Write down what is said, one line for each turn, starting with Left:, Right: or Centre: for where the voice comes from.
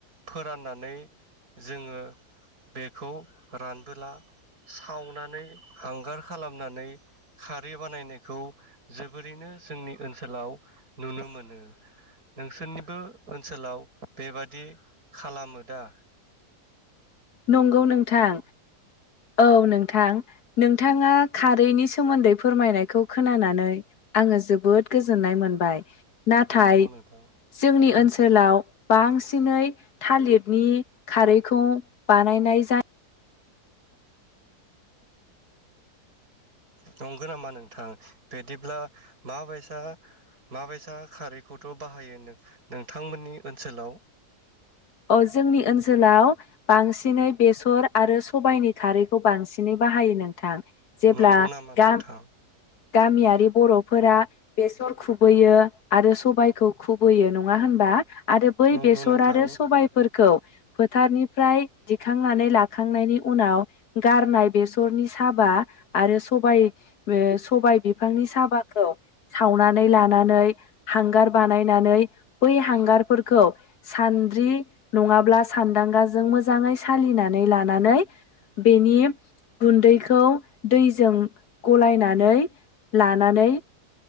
Right: फोराननानै जोङो बेखौ रानबोला सावनानै हांगार खालामनानै खारै बानायनायखौ जोबोरैनो जोंनि ओनसोलाव नुनो मोनो। नोंसोरनिबो ओनसोलाव बेबादि खालामो दा?
Left: नंगौ नोंथां। औ नोंथां नोंथाङा खारैनि सोमोन्दै फोरमायनायखौ खोनानानै आङो जोबोद गोजोननाय मोनबाय नाथाय
Right: नंगौ नोंथां
Left: जोंनि ओनस सोलाव बांसिनै थालिदनि खारैखौ बानायनाय जा
Right: नंगो नामा नोंथां बेदिब्ला माबायसा माबायसा खारैखौथ' बाहायो नों नोंथांमोननि ओनसोलाव
Left: अ जोंनि ओनसोलाव बांसिनै बेसर आरो सबाइनि खारैखौ बांसिनै बाहायो नों थां जेब्ला
Right: नंगौ नामा
Left: गा
Right: नोंथां
Left: गामियारि बर'फोरा बेसर खुबैयो आरो सबाइखौ खुबैयो नङा होनबा आरो बै
Right: नंगौ
Left: बेसर
Right: नोंथां
Left: आरो स सबायफोरखौ फोथार‌निफ्राय दिखांनानै लाखांनायनि उनाव गारनाय बेसरनि साबा आरो स सबाय बो सबाय बिफांनि साबाखौ सावनानै लानानै हांगार बानायनानै बै हांगारफोरखौ सा द्रि नङाब्ला सानदांगाजों मोज जाङै सालिनानै लानानै बेनि गुन्दैखौ दैजों गलायनानै लानानै